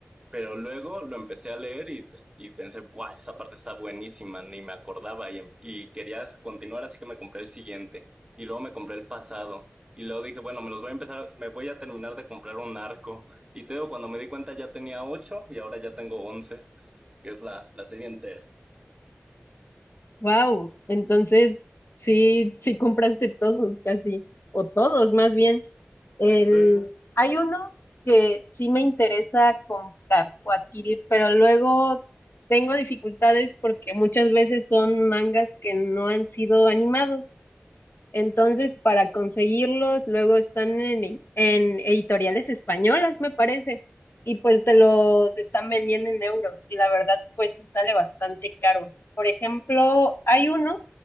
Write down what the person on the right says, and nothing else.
Pero luego lo empecé a leer y, y pensé, guau, esa parte está buenísima, ni me acordaba y, em- y quería continuar, así que me compré el siguiente. Y luego me compré el pasado. Y luego dije, bueno, me los voy a empezar, me voy a terminar de comprar un arco. Y te digo, cuando me di cuenta ya tenía ocho y ahora ya tengo once, que es la, la serie entera.
Sí.